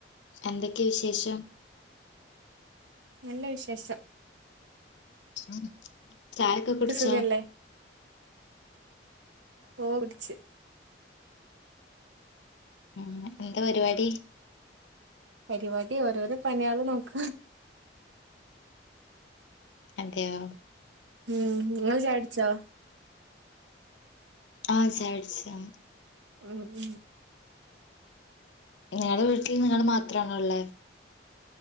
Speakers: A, on the left (about 75°); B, on the right (about 80°).
A: എന്തൊക്കെവിശേഷം
B: നല്ലെവിശേഷം
A: ഉ ചായൊക്കെ
B: നിനക്ക്
A: കുടിച്ചോ
B: സുഖല്ലേ ഓ കുട്ച്
A: ഉ എന്ത പരിപാടി
B: പരിപാടിഓരോരോ പണിയള് നോക്ക
A: അതെ ഒ
B: ഉം ഇങ്ങള്ചായട്ച്ചോ
A: ആ ചായട് ച്ചാം
B: ഉം ഉ
A: ഇങ്ങളെ വീട്ടിൽ ഇങ്ങള് മാത്റണേ ള്ളേ